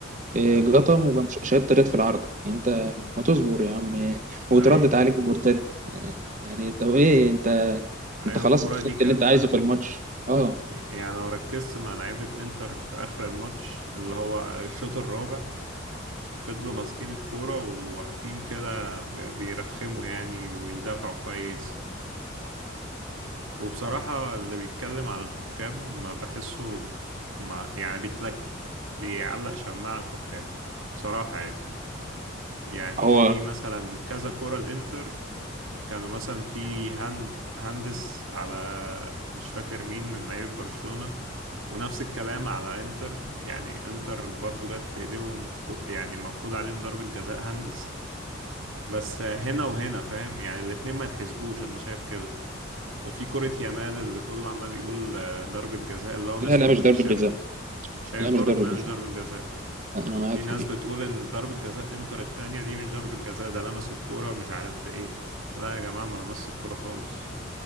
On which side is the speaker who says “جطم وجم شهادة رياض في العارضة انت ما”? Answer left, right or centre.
Right